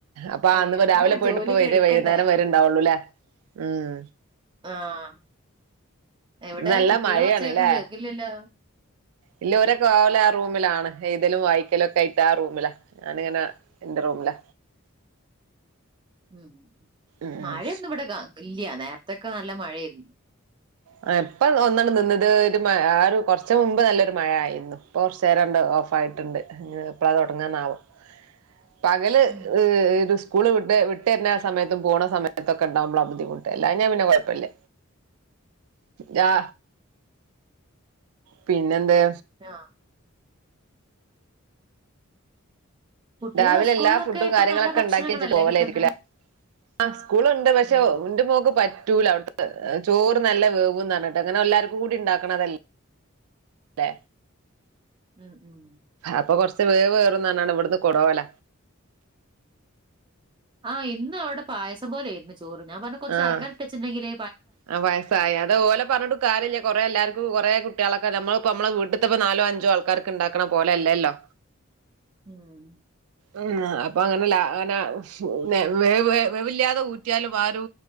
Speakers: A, on the right; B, on the right.
A: അപ്പൊ
B: അല്ലെ
A: ആന്ന്
B: എന്തെങ്കിലും
A: രാവിലെ പോയിട്ട്
B: ജോലിയൊക്കെ
A: ഇപ്പ വ
B: എടുക്കണ്ടേ
A: വൈകുന്നേരം വരെണ്ടാവുള്ളു ല്ലേ ഉം
B: ആഹ് എവിടെ
A: നല്ല
B: കുട്ടികളെച്ചയൊക്കും
A: മഴയാണ്ല്ലേ
B: കേൾക്കില്ലല്ലോ
A: ഇല്ല ഒരൊക്കെ ഓലെആ റൂമിലണ് എഴുതലും വായിക്കലും ഒക്കെ ആയിട്ട് ആ റൂമിലാ ഞാനിങ്ങനെ എന്റെ റൂമില
B: ഉം
A: ഉം
B: മഴയൊന്നും ഇവിടെ ഇല്ല നേരത്തൊക്കെ നല്ല മഴയേര്ന്ന്
A: ആ ഇപ്പം ഒന്നാണ് നിന്നത് മ ആ ഒരു കുറച്ചു മുമ്പ് നല്ലൊരു മഴ ആയിരുന്നു. ഇപ്പം കുറച്ച് രണ്ട് ഓഫ് ആയിട്ടുണ്ട്
B: ഉം.
A: ഇനി എപ്പള തുടങ്ങന്നാവം പകല്
B: ഉം.
A: ഹ്ഏത് സ് സ്കൂള് വി് വിട്ടരുന്ന സമയത്തും പോണ സമയത്തും ഒക്കെണ്ടാവുമ്പോള ബുദ്ധിമുട്ട് അല്ല ഞാൻ പിന്നെ കുഴപ്പല്ല. യാ പിന്നെന്താ
B: ആഹ കുട്ടികളെ
A: രാവിലെ
B: സ്കൂളിലൊക്കെ
A: എല്ല ഫുഡും
B: ഇപ്പൊ
A: കാര്യങ്ങളക്കെ
B: നല്ല ഭക്ഷണങ്ങളല്ലേ
A: ഉണ്ടാക്കി വെച്ചിട്ട് പോവലായിരിക്കലേ
B: കിട്ടുന്നത്
A: ആ് സ്കൂളുണ്ട് പക്ഷേ
B: ഉം.
A: എന്റെ മോക്ക് പറ്റൂല അവിടെ ചോറ് നല്ല വേവുന്ന് പറഞ്ഞട്ട് അങ്ങനെ എല്ലാവർക്കും കൂടി ഉണ്ടാക്കണതല്ലേ അ
B: ഉം ഉം
A: അപ്പൊ കൊറച്ച് വേവ്റുംന്നാറ്ഞാണ്ട് ഇവിടുന്ന് കൊണ്ടവല
B: ആഹ് ഇന്ന് അവിടൊ പായസം പേലെയിരുന്നു ചോറ് ഞാൻ പറഞ് കൊറച്ച്
A: ആഹ്
B: അറക്കറിട്ട വച്ചിണ്ടെങ്കില്
A: ആ വയസ്സായി അത് ഓലെ പറഞ്ഞിട്ട് കാര്യില്ല കൊറെേ എല്ലാവർക്കും കുറേ കുട്ടികളൊക്കെ നമ്മൾ ഇപ്പ നമ്മള് വീട്ടത്തെപ്പ നാലോ അഞ്ചോ ആൾക്കാർക്ക് ഉണ്ടാക്കണ പോലെല്ലല്ലോ.
B: ഉം
A: ഉ അപ്പൊ അങ്ങനെല്ല അങ്ങനെ വേവ് വേവില്ലാതെ ഊറ്റ് കുറ്റിയാലും ആ ഒരു